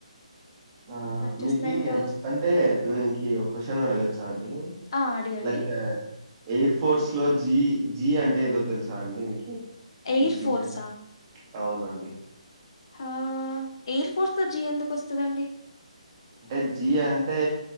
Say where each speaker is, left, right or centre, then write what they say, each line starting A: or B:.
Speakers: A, on the right; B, on the left.
A: ఆ
B: అడ్జస్ట్మెంట్
A: మీకు అంటే మీకు ఒక క్వశ్చన్ అడగచ్చా అండి
B: ఆ అడిగండి
A: లైక్ ఎయిర్ ఫోర్స్ లో జీ జీ అంటే ఏదో తెలుసా అండి మీకి
B: ఎయిర్
A: జీ
B: ఫోర్సా
A: అ- అవునండి
B: ఆ ఎయిర్ ఫోర్స్ తో జి ఎందుకు వస్తదండి
A: అంటే జీ అంటే